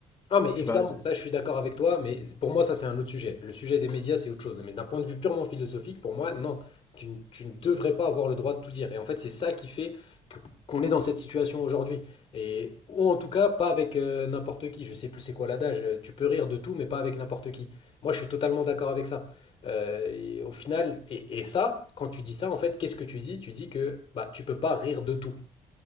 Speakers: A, on the left; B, on the left.
A: Ah, mais
B: Tu
A: évidemment,
B: vas, euh,
A: ça, je suis d'accord avec toi, mais pour moi, ça, c'est un autre sujet. Le sujet des médias, c'est autre chose. Mais d'un point de vue purement philosophique, pour moi, non, tu, ne tu ne devrais pas avoir le droit de tout dire. Et en fait, c'est ça qui fait que- qu'on est dans cette situation aujourd'hui. Et, ou en tout cas, pas avec euh, n'importe qui. Je sais plus c'est quoi l'adage. euh, Tu peux rire de tout, mais pas avec n'importe qui. Moi, je suis totalement d'accord avec ça. Euh, et au final, et, et ça, quand tu dis ça, en fait, qu'est-ce que tu dis? Tu dis que bah, tu peux pas rire de tout,